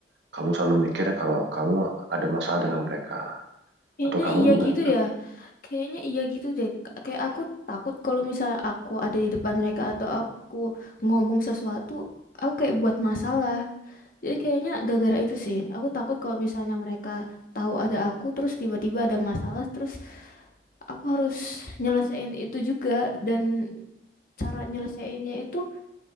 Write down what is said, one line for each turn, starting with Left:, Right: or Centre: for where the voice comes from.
Right: kamu selalu mikir kalau kamu ada masalah dengan mereka
Left: kayaknya
Right: atau kamu
Left: iya
Right: bukan.
Left: gitu ya kayaknya iya gitu deh K- kayak aku takut kalau misalnya aku ada di depan mereka atau aku ngomong sesuatu aku kayak buat masalah Jadi kayaknya gara-gara itu sih. Aku takut kalau misalnya mereka tahu ada aku, terus tiba-tiba ada masalah, terus aku harus nyelesain itu juga. Dan cara nyelesainnya itu